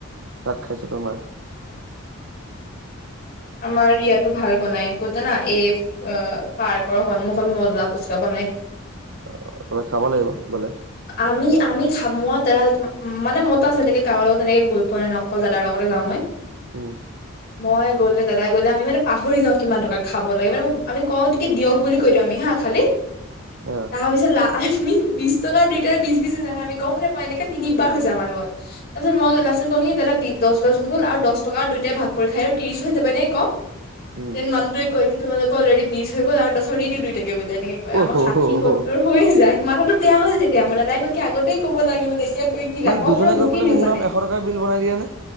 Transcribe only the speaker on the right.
তাত খাইছো তোমাৰ
অ তুমি খাব লাগিব গ'লে
উম
অ
উম
অ হ
হ
হ
মানে
দুজনে
গৈ পেলাই
মিনিমাম
এশ টকাৰ বিল বনাই দিয়ে নে